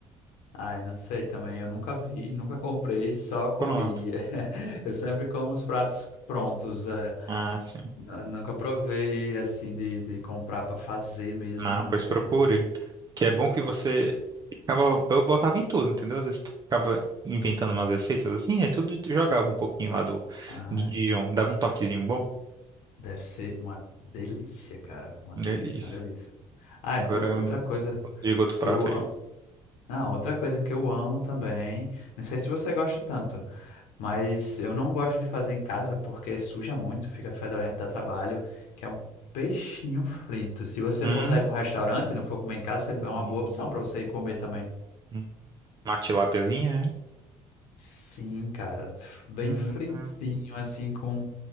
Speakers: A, on the left; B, on the right.
A: Ai, não sei também, eu nunca vi, nunca comprei, só comi.
B: Pronto.
A: <laughs> Eu sempre como os pratos prontos, é.
B: Ah, sim.
A: Eu Nunca provei, assim, de, de comprar para fazer mesmo,
B: Não,
A: não.
B: pois procure.
A: Mas,
B: Que é bom que você ficava, eu botava em tudo, entendeu? Às vezes tu ficava inventando umas receitas assim, aí tudo tu jogava um pouquinho lá do,
A: ai,
B: do Dijon, dava um toquezinho bom
A: deve ser uma delícia, cara, uma
B: delícia
A: delícia, uma delícia. Ai,
B: Agora,
A: o- outra coisa
B: diga outro
A: que
B: prato
A: eu amo,
B: aí.
A: não, outra coisa que eu amo também, não sei se você gosta tanto, Mas eu não gosto de fazer em casa porque suja muito, fica fedorento, dá trabalho, que é um peixinho frito. Se você
B: Hum,
A: for sair para um restaurante e não for comer em casa, você-
B: hum,
A: é uma boa opção para você ir comer também.
B: hum. uma tilápiazinha, é?
A: Sim, cara, f- bem
B: Hum,
A: fritinho,
B: hum.
A: assim, com